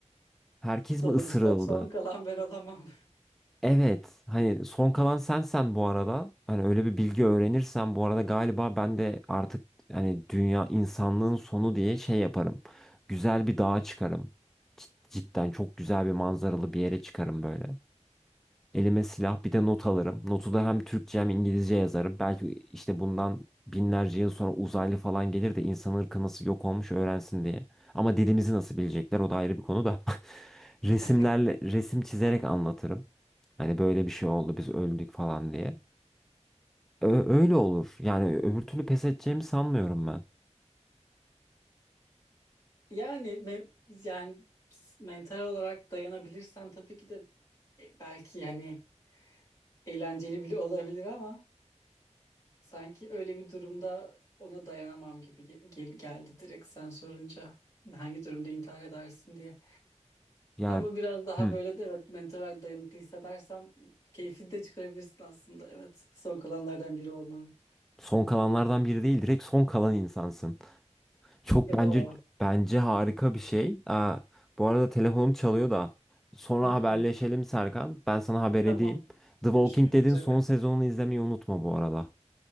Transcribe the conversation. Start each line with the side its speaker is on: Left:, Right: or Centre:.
Centre: Herkes
Left: Doğru
Centre: mi ısırıldı?
Left: son, son kalan ben olamam.
Centre: Evet. Hani son kalan sensen bu arada. Hani öyle bir bilgi öğrenirsen bu arada galiba ben de artık hani dünya insanlığın sonu diye şey yaparım. Güzel bir dağa çıkarım. Cid- Cidden çok güzel bir manzaralı bir yere çıkarım böyle. Elime silah bir de not alırım. Notu da hem Türkçe hem İngilizce yazarım. Belki işte bundan binlerce yıl sonra uzaylı falan gelir de insan ırkı nasıl yok olmuş öğrensin diye. Ama dilimizi nasıl bilecekler o da ayrı bir konu da. <laughs> Resimlerle,
Left: <laughs>
Centre: resim çizerek anlatırım. Hani böyle bir şey oldu biz öldük falan diye. Ö- öyle olur. Yani öbür türlü pes edeceğimi sanmıyorum ben.
Left: Yani me- yani ps- mental olarak dayanabilirsen tabii ki de e, belki yani eğlenceli bile olabilir ama Sanki öyle bir durumda ona dayanamam gibi ge- gel- geldi direkt sen sorunca. Hangi durumda intihar edersin diye.
Centre: Ya
Left: Ama biraz daha
Centre: hmm,
Left: böyle de evet mental olarak dayanıklı hissedersem keyfini de çıkarabilirsin aslında. Evet son kalanlardan biri olmanın
Centre: son kalanlardan biri değil direkt son kalan insansın. Çok
Left: ya
Centre: bence
Left: da o.
Centre: bence harika bir şey. Aa, bu arada telefonum çalıyor da. Sonra
Left: Hı
Centre: haberleşelim
Left: hı.
Centre: Serkan. Ben sana haber
Left: Tamam
Centre: edeyim. The Walking
Left: görüşmek
Centre: Dead'in
Left: üzere.
Centre: son sezonunu izlemeyi unutma bu arada.